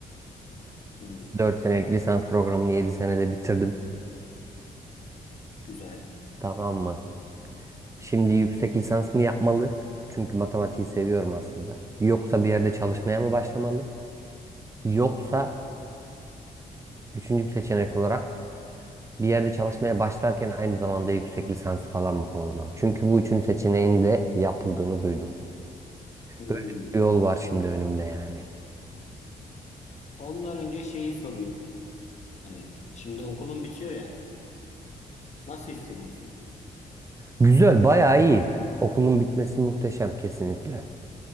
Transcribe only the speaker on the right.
4 senelik lisans programını 7 senede bitirdim.
Tamam mı? Şimdi yüksek lisans mı yapmalı? Çünkü matematiği seviyorum aslında. Yoksa bir yerde çalışmaya mı başlamalı? Yoksa üçüncü bir seçenek olarak bir yerde çalışmaya başlarken aynı zamanda yüksek lisansı falan mı kovalamalı? Çünkü bu üçüncü seçeneğin de yapıldığını duydum.
Böyle Bir yol var şimdi önümde yani.
Güzel, bayağı iyi. Okulun bitmesi muhteşem kesinlikle.